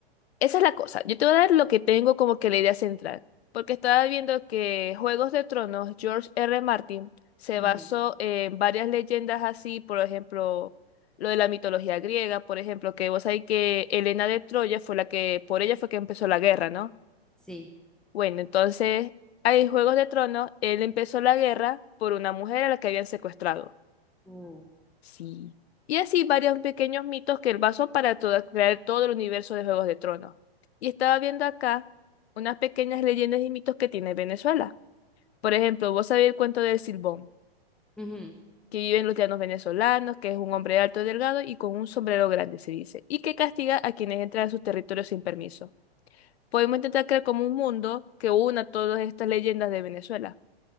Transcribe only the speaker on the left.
Esa es la cosa. Yo te voy a dar lo que tengo como que la idea central. Porque estaba viendo que Juegos de Tronos, George R. Martin, se
basó en varias leyendas así, por ejemplo, lo de la mitología griega, por ejemplo, que vos sabés que Helena de Troya fue la que, por ella fue que empezó la guerra, ¿no?
Bueno, entonces, ahí en Juegos de Tronos, él empezó la guerra por una mujer a la que habían secuestrado.
Sí. Y así varios pequeños mitos que él basó para toda- crear todo el universo de Juegos de Tronos. Y estaba viendo acá unas pequeñas leyendas y mitos que tiene Venezuela. Por ejemplo, vos sabés el cuento del Silbón,
que vive en los llanos venezolanos, que es un hombre alto y delgado y con un sombrero grande, se dice, y que castiga a quienes entran a sus territorios sin permiso. Podemos intentar crear como un mundo que una todas estas leyendas de Venezuela.